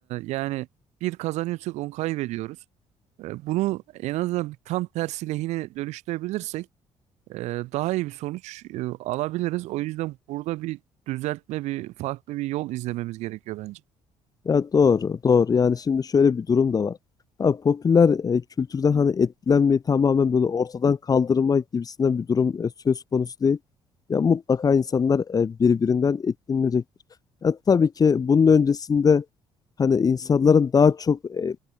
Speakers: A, on the right; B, on the left.
A: yani bir kazanıyorsak 10 kaybediyoruz. E, bunu en azından tam tersi lehine dönüştürebilirsek e, daha iyi bir sonuç e, alabiliriz. O yüzden burada bir düzeltme, bir farklı bir yol izlememiz gerekiyor bence.
B: Ya doğru, doğru. Yani şimdi şöyle bir durum da var. Abi popüler e, kültürden hani etkilenmeyi tamamen böyle ortadan kaldırma gibisinden bir durum e, söz konusu değil. Ya mutlaka insanlar e, birbirinden etkilenecektir. Ya tabii ki bunun öncesinde hani insanların daha çok e,